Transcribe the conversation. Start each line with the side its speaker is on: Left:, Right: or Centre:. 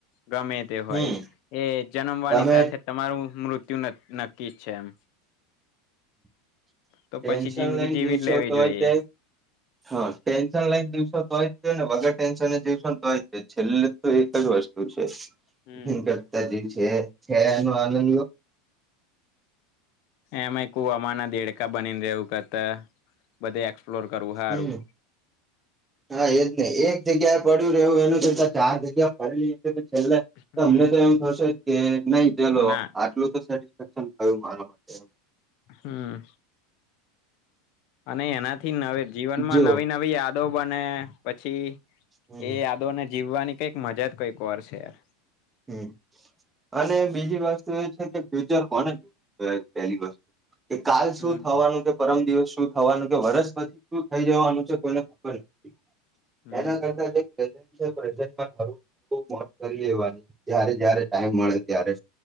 Left: ગમે તે હોય
Right: હમ
Left: એ જન્મવાની
Right: તમે
Left: સાથે તમારું મૃત્યુ ું નક્કી જ છે એમ
Right: <inaudible>
Left: તો
Right: ટેન્શન
Left: પછી જિંદગી
Right: લઈને
Left: જીવી
Right: દિવસો
Left: જ લેવી
Right: તો
Left: જોઈએ.
Right: હોય તે હા ટેન્શન લઈન દસ તોય ને વગર ટેન્શન જઈશો તોય છેલ્લે તો એક જ વસ્તુ છે
Left: હમ્મ.
Right: હમ કરતા જ જે છે એનો આનંદ લયો
Left: એમાં કુવામાં ના દેડકા બનીને રહ્યું કરતા બધ એસપ્લોર કરવું હેારું
Right: હમ હા એજ એક જગ્યાએ પડ્યું રહવું એનું કરતા ચાર જગ્યા પ છે તો
Left: હમ્મ
Right: અમને તો એમ થશે કે નહી ચલો
Left: ના
Right: આટલું તો સેટસફેક્શન. હવે મારો માટે.
Left: હમ. અને એનાથી નવે જીવનમાં
Right: જો
Left: નવી નવી. ખડો બને પછી.
Right: હમ
Left: એ અદોને. જીવવાની કઈક મજા જ કઈક વાર છે યાર.
Right: હ અને બીજી વસ્તુ એ છે કે ફ્યુચર કોને જોયું પહેલી વસ્તુ. કે કાલ
Left: હમ્મ
Right: શું થવાનું કે પરમ દિવસ. શું થવાનું કે વર્ષ પછી શું થઈ જવાનું છે કોઈને ખબર નથી.
Left: હમ્મ
Right: એના કરતાે છે. જાર મોત કરી લેવાની. તય્યારે જ્યારે ટાઈમ મળે ત્યારે.